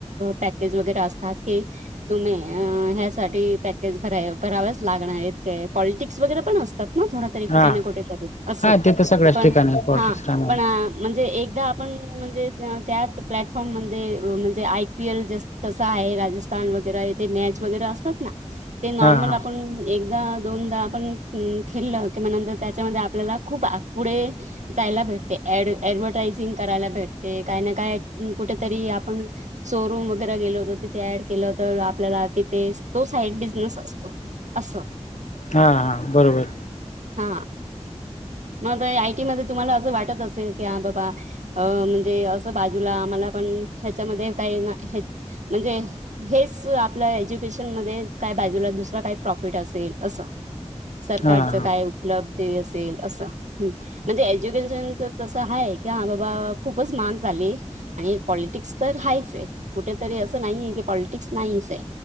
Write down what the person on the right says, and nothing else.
पॅकेज वगैरे असतात की तुम्ही ह्यासाठी, पॅकेज भरा-भरावच लागणार हेते. पॉलटिक्स वगैरे पण, असतात ना थोडं? तरी कुठे
ना, कुठे तरी अस,
पण
हा,
पण म्हणजे एकदा आपण म्हणजे, त्या प्लॅटफॉर्म मध्ये म्हणजे आय. पी. एल. जे तसं आहे. राजस्थान वगैरे आहे ते मॅच वगैरे असतात ना ते नॉर्मल
आपण एकदा दोनदा आपण न खेलं की, म नंतर त्याच्यामध्ये आपल्याला खूप आ पुढे जायला भेटते एड ऍडव्हरटायजिंग करायला भेटते, काय ना काय कुठेतरी आपण शोरूम वगैरे गेले होतो तिथे ऍड केलं तर, आपल्याला तिथे तो साईड बिझनेस असतो असं.
हा म बय आय टी मध्ये तुम्हाला असं वाटत असेल. कि हा बाबा अं म्हणजे असं बाजूला आम्हाला पण ह्याच्यामध्ये काही. म्हणजे? हेच आपल्या एज्युकेशन मध्ये काय बाजूला दुसरा काय प्रॉफिट असेल असं. सरकारचं
काय उपलब्धी असेल. असं म्हणजे एज्युकेशनच तसं आहे की हा बाबा खूपच महाग झाली. आणि पॉलिटिक्स तर हायच हे कुठेतरी असं नाहीय की, पॉलिटिक्स नाहीच हे